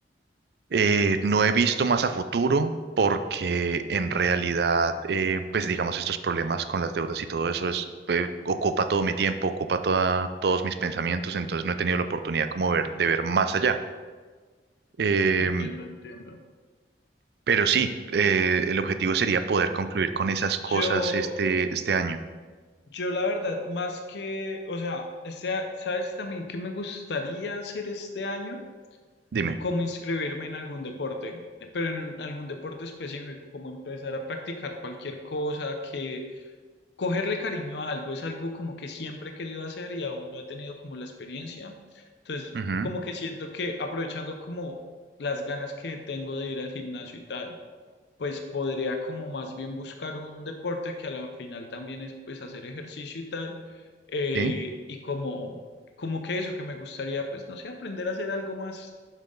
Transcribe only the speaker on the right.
Eh, no he visto más a futuro porque en realidad, eh, pues digamos, estos problemas con las deudas y todo eso es, eh, ocupa todo mi tiempo, ocupa toda- todos mis pensamientos, entonces no he tenido la oportunidad como ver, de ver más allá. Eh,
pero sí, eh, el objetivo sería poder concluir con esas cosas
este, este año.
Dime.
Ujú,
¿Sí?